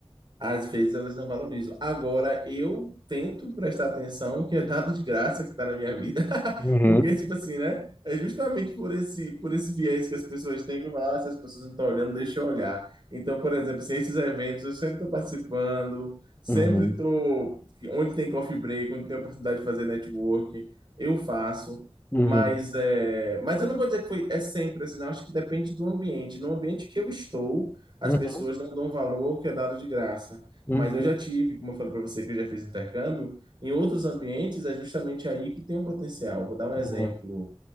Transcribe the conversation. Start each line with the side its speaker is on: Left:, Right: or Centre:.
Right: Às vezes elas não valorizam. Agora, eu tento prestar atenção que é dado de graça que está na minha vida. <laughs>
Left: Uhum,
Right: Porque, tipo assim, né? É justamente por esse, por esse viés que as pessoas têm que eu falo, ah, se as pessoas não estão olhando, deixa eu olhar. Então, por exemplo, assim, esses eventos eu sempre estou participando, sempre
Left: uhum,
Right: estou. Onde tem coffee break, onde tem oportunidade de fazer network, eu faço.
Left: uhum,
Right: Mas, é, mas eu não vou dizer que foi, é sempre assim, não. Acho que depende do ambiente. No ambiente que eu estou as
Left: uhum,
Right: pessoas não dão valor ao que é dado de graça.
Left: uhum,
Right: Mas eu já tive, como eu falei para você, que eu já fiz intercâmbio, em outros ambientes é justamente aí que tem um potencial. Vou dar um exemplo.
Left: uhum,